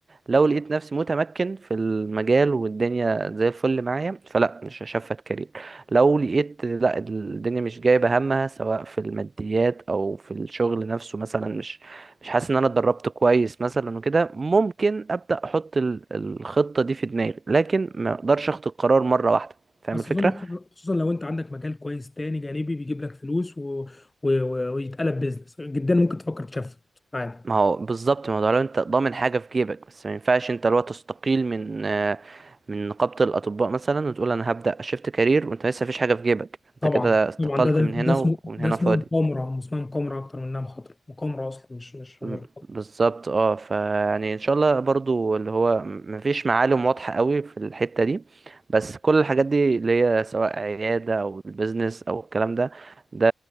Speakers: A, on the right; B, on the left.
A: لو لقيت نفسي متمكن في المجال والدنيا زي الفل معايا فلا مش هشفت كارير لو لقيت لا الدنيا مش جايبة همها سواء في الماديات أو في الشغل نفسه مثلا مش مش حاسس إن أنا اتدربت كويس مثلا وكده ممكن أبدأ أحط ال- الخطة دي في دماغي لكن ما أقدرش أخد القرار مرة واحدة فاهم
B: بس
A: الفكرة؟
B: اظن خصو- خصوصا لو انت عندك مجال كويس تاني جانبي بيجيب لك فلوس و... و... و- ويتقلب بيزنس جدا ممكن تفكر تشفت عادي
A: ما هو بالظبط ما هو ده لو انت ضامن حاجه في جيبك بس ما ينفعش انت لو تستقيل من آه، من نقابه الاطباء مثلا وتقول انا هبدا اشفت كارير وانت لسه مفيش حاجه في جيبك انت
B: طبعا
A: كده استقلت
B: طبعا ده ده,
A: من
B: ده
A: هنا
B: اسمه
A: و-
B: ده
A: ومن هنا
B: اسمه
A: فاضي
B: مقامره اسمها مقامره اكتر من انها مخاطره مقامره اصلا مش مش
A: م-
B: مش مخاطرة.
A: بالظبط اه فيعني ان شاء الله برضو اللي هو م- مفيش معالم واضحه قوي في الحته دي بس كل الحاجات دي اللي هي سواء عياده او البيزنس او الكلام ده ده